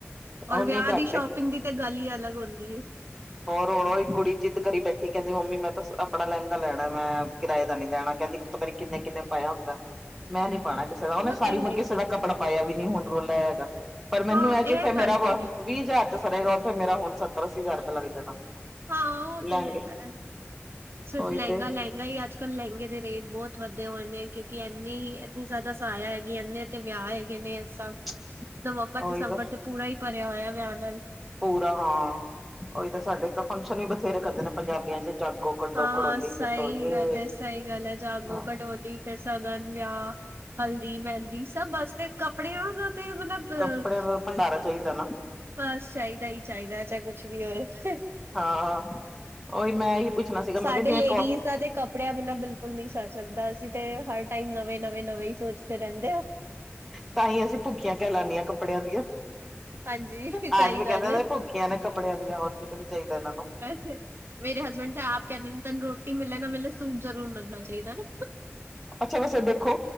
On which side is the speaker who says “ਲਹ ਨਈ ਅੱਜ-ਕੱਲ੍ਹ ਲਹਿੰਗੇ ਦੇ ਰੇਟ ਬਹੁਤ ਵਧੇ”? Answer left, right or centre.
Right